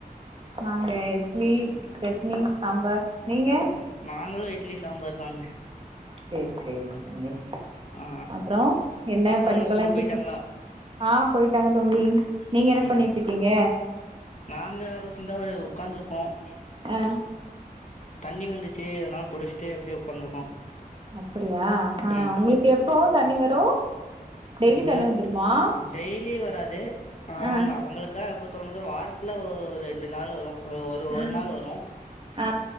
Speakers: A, on the right; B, on the left.
A: நாங்க இட் ட்லி சட்னி சாம்பார் நீங்க
B: இ நாங்களு இட்லி சாம்பார் தாங்க
A: செரி செரிங்க தம்பி
B: ஆ
A: அப்றோ என்ன
B: பாப்பாங்களா
A: படிப்பெல்லா
B: ஸ்கூல்
A: எப்டி
B: போயிட்டாங்களா
A: ஆஹ் போயிட்டாங்க தம்பி நீங்க என்ன
B: ம்
A: பண்ணிட்டு இருக்கீங்க
B: நாங்க இந்தா உக்காந்துருக்கோம்
A: ஆ
B: தண்ணி வந்திச்சு அதனால புடிசிட்டு அப்டியே உக்காந்துருக்கோ
A: அப்படியா ஆன்
B: ம்
A: உங்களுக்கு எப்போ தண்ணி வரு டெய்லி
B: எங்களுக்கு
A: தண்ணி வந்துருமா
B: டெய்லி வராது ஆவங்க
A: ஆ
B: அவங்களுக்கா எப்பத் தோணுதோ வாரத்துல ஒ ஒரு ரெண்டு நாள் வரு ஒரு ஒரு ஒரு
A: ஆ
B: நாள் வரு
A: ஆ